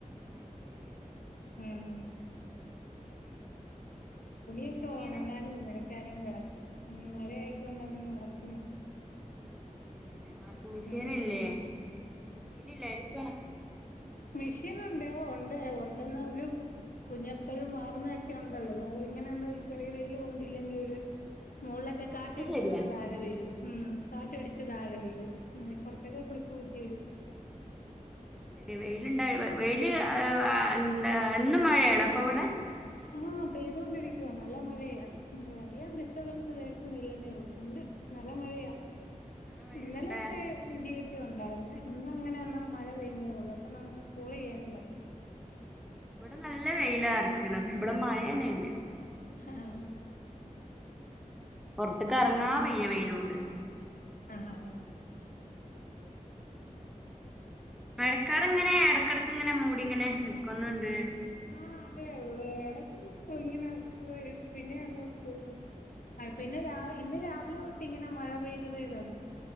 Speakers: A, in the centre; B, on the left.
A: ആ അത് ശരിയാണ്
B: ഉം ഉ തുണിയൊക്കെ
A: പിന്നെ എന്തൊക്കെയാണ്
B: ഒണങ്ങാനും നനയ് ഞാനും കിടക്കും ഉം മഴയായിക്കൊണ്ട് അതൊന്നും നടക്കുന്നില്ല
A: നടക്കുന്നില്ലേ വാഷിംഗ്‌ മെഷീൻ
B: ഉം
A: ഇല്ലേ മെഷീൻ ഇല്ല അയ്ല് ഇട്ടാള
B: മെഷീൻ ഉണ്ട് ഉണ്ട് ഉ എന്നാലും കുഞ്ഞ് എപ്പഴും മാറുന്നതൊക്കെ ഉണ്ടല്ലോ അതങ്ങനെയൊന്നും ചെറിയ വെയില് കൊണ്ടില്ലെങ്കിൽ ഒര് മൂളൊക്കെ
A: ആഹ്
B: കാറ്റടിച്ച്
A: അത് ശരിയാ
B: അതങ്ങ് താഴെ വീഴും ഉം കാറ്റ് അടിച്ച് താഴെ വീഴും ഇങ്ങനെ കൊറച്ചൊക്കെ ക്ലിപ്പ് കുത്തിടും
A: ശര്യ വെയില്ണ്ടായ വെയില് എന്താ എന്നും മഴയാണോ അപ്പൊ അവടെ
B: ആഹ് പെയ്തോണ്ടിരിക്കുവാ നല്ല മഴയാ മ് അധികം ഡിസ്റ്റർബൻസ് കേൾക്കുന്നില്ലന്നെ ഉള്ളു ണ്ട് നല്ല മഴയാ
A: നല്ല മഴയാണല്ലേ
B: ഇന്നലെയൊക്കെ ഇടിയും ടി ഉണ്ടായിരുന്നേ ഇന്ന് അങ്ങനെന്നാ മഴ പെയ്യുന്നേ ഉള്ളൂ അപ്പം നമുക്ക് കോളയ്യാനും പറ്റുന്നില്ല
A: ഇവിടെ നല്ല വെയിലാറിക്കണത് ഹ് ഇവടെ മഴ ന്നെ ഇല്ല
B: ഹാഹ്
A: പുറത്ക്ക് എറങ്ങാ വയ്യ വെയിലോണ്ട്
B: ആഹാ ഹാ
A: മഴക്കാർ ഇങ്ങനെ എടക്കെടക്ക്‌ ഇങ്ങനെ മൂടി ഇങ്ങനെ നിക്കുന്നുണ്ട്
B: ആ അതെ ഇടക്ക് ഇങ്ങനെ വരും പിന്നെ അങ്ങ് പോകും ആ പിന്നെ രാവിലെ ഇന്ന് രാവിലെ തൊട്ട് ഇങ്ങനെ മഴ പെയ്തു പെയ്താണ്